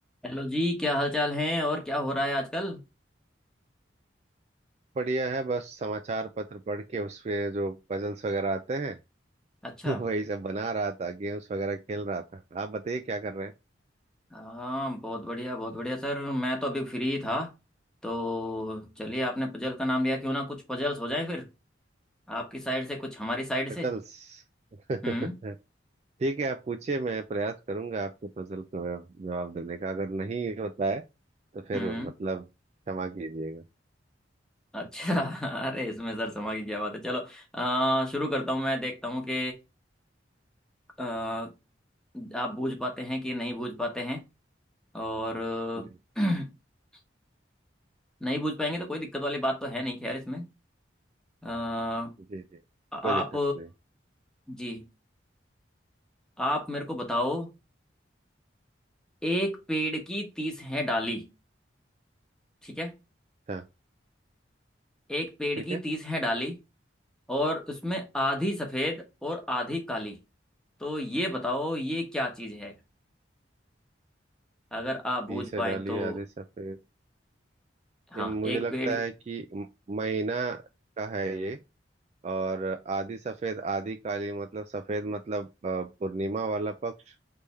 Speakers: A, in the centre; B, on the right.
A: हेलो जी क्या हाल चाल हैं और क्या हो रहा है आजकल
B: बढ़िया है बस समाचार पत्र पढ़ के उसपे जो पजल्स वगैरह आते हैं
A: अच्छा
B: <laughs> वही सब बना रहा था गेम्स वगैरह खेल रहा था आप बताइए क्या कर रहे हैं
A: हाँ बहुत बढ़िया बहुत बढ़िया सर मैं तो अभी फ्री था तो चलिए आपने पजल का नाम लिया क्यों ना कुछ पजल्स हो जाए फिर आपकी साइड से कुछ हमारी साइड से
B: पजल्स <laughs>
A: हम्म
B: ठीक है आप पूछिए मैं प्रयास करूंगा आपके पजल को जवाब देने का अगर नहीं होता है तो फिर
A: हम्म
B: मतलब क्षमा कीजिएगा
A: अच्छा <laughs> अरे इसमें सर समा की क्या बात है चलो आ, शुरू करता हूँ मैं देखता हूँ कि आ, आप बूझ पाते हैं कि नहीं बूझ पाते हैं और
B: जी
A: <clears throat> नहीं बूझ पाएंगे तो कोई दिक्कत वाली बात तो है नहीं खैर इसमें आ,
B: जी जी कोई
A: आप
B: दिक्कत नहीं
A: जी आप मेरे को बताओ एक पेड़ की तीस है डाली ठीक है
B: हाँ
A: एक पेड़
B: ठीक
A: की
B: है
A: तीस है डाली और उसमें आधी सफेद और आधी काली तो ये बताओ ये क्या चीज है अगर आप बूझ
B: पी से
A: पाए
B: डालिए
A: तो
B: आधे सफेद
A: हाँ
B: ये मुझे
A: एक
B: लगता
A: पेड़
B: है कि म- महीना का है ये और आधी सफेद आधी काली मतलब सफेद मतलब अ, पूर्णिमा वाला पक्ष